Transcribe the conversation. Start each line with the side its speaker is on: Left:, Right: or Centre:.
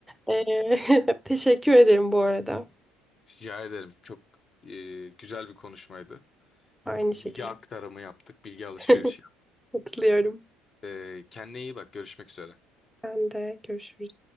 Centre: Ee, <laughs> teşekkür ederim bu arada.
Left: Rica ederim. Çok e, güzel bir konuşmaydı.
Centre: Aynı şekilde.
Left: Bilgi aktarımı yaptık, bilgi alışverişi
Centre: <laughs>
Left: yaptık.
Centre: Katılıyorum.
Left: Ee, kendine iyi bak. Görüşmek üzere.
Centre: Ben de görüşürüz.